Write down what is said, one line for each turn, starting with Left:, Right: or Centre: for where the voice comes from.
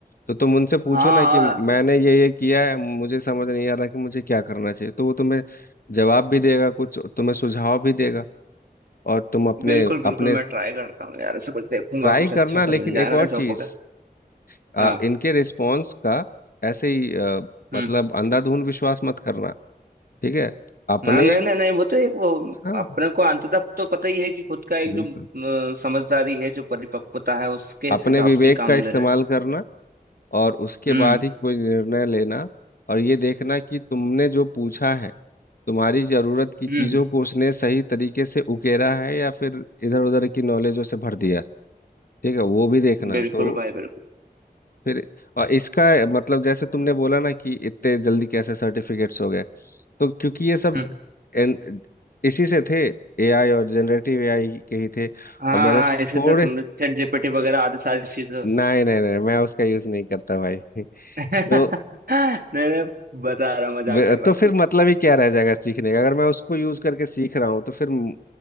Left: तो तुम उनसे पूछो
Right: हाँ
Left: ना कि
Right: हाँ
Left: मैंने ये ये किया है मुझे समझ नहीं आ रहा कि मुझे क्या करना चाहिए तो वो तुम्हें जवाब भी देगा कुछ तुम्हें सुझाव भी देगा और तुम अपने
Right: बिल्कुल बिल्कुल
Left: अपने
Right: मैं ट्राई करता हूँ यार ऐसे कुछ देखूंगा
Left: ट्राई
Right: कुछ अच्छा
Left: करना
Right: सा
Left: लेकिन
Right: मिल जाए
Left: एक
Right: ना
Left: और
Right: जॉब
Left: चीज
Right: वगैरह
Left: अ,
Right: हाँ
Left: इनके रिस्पॉन्स का ऐसे ही अ,
Right: हम्म
Left: मतलब अंधाधुंध विश्वास मत करना ठीक है अपने
Right: हाँ नहीं नहीं नहीं वो तो एक वो
Left: हाँ
Right: अपने को अंततः तो पता ही है कि खुद का एक
Left: बिल्कुल
Right: जो अ, समझदारी है जो परिपक्वता है उसके हिसाब
Left: अपने विवेक
Right: से ही काम
Left: का इस्तेमाल
Right: लेना है
Left: करना और उसके
Right: हम्म
Left: बाद ही कोई निर्णय लेना और ये देखना कि तुमने जो पूछा है तुम्हारी जरूरत की
Right: हम्म
Left: चीजों को उसने सही तरीके से उकेरा है या फिर इधर उधर की नॉलेजों से भर दिया ठीक है वो भी देखना
Right: बिल्कुल
Left: तो
Right: भाई बिल्कुल
Left: फिर और इसका मतलब जैसे तुमने बोला ना कि इतने जल्दी कैसे सर्टिफिकेट्स हो गए तो क्योंकि ये सब
Right: हम्म
Left: एन- इसी से थे एआई और जनरेटिव एआई के ही थे
Right: हाँ
Left: और मैंने
Right: हाँ
Left: थोड़े
Right: इसी से तुमने चैट जीपीटी वगैरह आदि सारी चीजों
Left: नहीं नहीं नहीं मैं उसका यूज नहीं करता भाई <laughs>
Right: <laughs>
Left: तो
Right: नहीं नहीं बता रहा हूँ, मजाक
Left: वे-
Right: कर रहा
Left: तो फिर
Right: हूँ
Left: मतलब ही क्या रह जाएगा सीखने का अगर मैं उसको यूज करके सीख रहा हूँ तो फिर म-